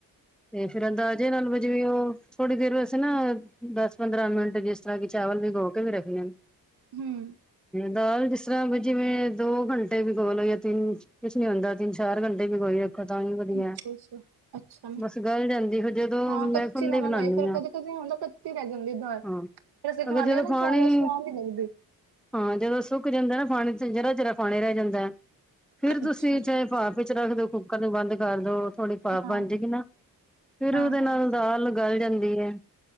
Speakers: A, in the centre; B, on the right.
A: ਤੇ ਫੇਰ ਅੰਦਾਜ਼ੇ ਨਾਲ ਜਿਵੇਂ ਉਹ ਥੋੜ੍ਹੀ ਦੇਰ ਵੈਸੇ ਨਾ ਦਸ ਪੰਦਰਾਂ ਮਿੰਟ ਜਿਸ ਤਰ੍ਹਾਂ ਕਿ ਚਾਵਲ ਬੀਗੋ ਕੇ ਵੀ ਰਖਦੇ।
B: ਹੂੰ-
A: ਦਾਲ ਜਿਸ ਤਰਾਂ ਵੀ ਜਿਵੇਂ ਦੋ ਘੰਟੇ ਭਿਗੋਲੋ ਯਾ ਤਿੰਨ ਕੁਛ ਨੀ ਹੋਂਦਾ ਤਿੰਨ, ਚਾਰ ਘੰਟੇ ਭਿਗੋਏ ਹੈਂ। ਤਾਂ ਹੀ ਵਧੀਆ।
B: ਅੱਛਾ ਅੱਛਾ ਅੱਛਾ
A: ਬਸ ਗੱਲ ਜਾਂਦੀ ਸੀ ਜਦੋਂ
B: ਹਾਂ
A: ਮੈਂ
B: ਕੱਚੀ
A: ਖੁਲੇ
B: ਨਾ ਨਾ
A: ਬਣਾਉਦੀ
B: ਰਹੇ ਫੇਰ
A: ਹਾਂ
B: ਕਦੇ ਕਦੇ ਹੁੰਦਾ ਕੱਚੀ ਰਹਿ ਜਾਂਦੀ ਦਾਲ, ਫੇਰ
A: ਹਾਂ
B: ਅਸੀਂ ਖਾਣੇ
A: ਅਗਰ ਜਦੋਂ
B: ਹਾਂ ਨਾ
A: ਪਾਣੀ
B: ਖਾਨ ਚ ਸਵਾਦ ਨੀ ਲੱਗਦੀ।
A: ਹਾਂ ਜਦੋਂ ਸੁੱਕ ਜਾਂਦਾ ਨਾ ਪਾਣੀ, ਜਰਾ-ਜਰਾ ਪਾਣੀ ਰਹਿ ਜਾਂਦਾ। ਫੇਰ ਤੁਸੀਂ
B: ਅੱਛਾ ਅੱਛਾ।
A: ਚਾਹੇ ਪਾਫ਼ ਵਿੱਚ ਰੱਖ ਦਿਓ, ਕੁੱਕਰ ਨੂੰ ਬੰਦ ਕਰ ਦੋ ਥੋੜੀ ਪਾਫ
B: ਹਾਂ
A: ਬਣ ਜਾਏਗੀ ਨਾ। ਫੇਰ
B: ਹਾਂ
A: ਉਹਦੇ ਨਾਲ
B: ਹਾਂ
A: ਦਾਲ ਉ ਗਲ ਜਾਂਦੀ ਹੈ।